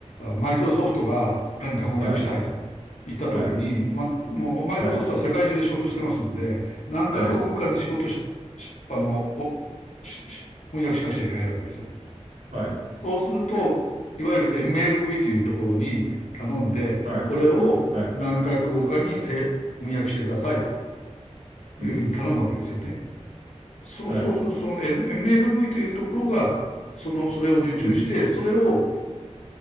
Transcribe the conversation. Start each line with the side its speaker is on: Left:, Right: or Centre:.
Left: マイクロソフトが何か翻訳したいと言ったときに、
Right: はい。はい。
Left: ま、もうマイクロソフトは世界中で仕事してますんで、
Right: はい。
Left: 何カ国語かに仕事し、
Right: ええ。
Left: しあの、しし翻訳しなくちゃいけないわけですよ。
Right: はい。
Left: そうすると、いわゆる MLV というところに頼んで、
Right: はい。
Left: これを何カ国語かに翻訳してくださいと
Right: はい。うん。
Left: いうふうに頼むわけですよね。そう、
Right: はい。
Left: そうすると、その N- MLV というところが、その、それを受注して、
Right: うん。
Left: それを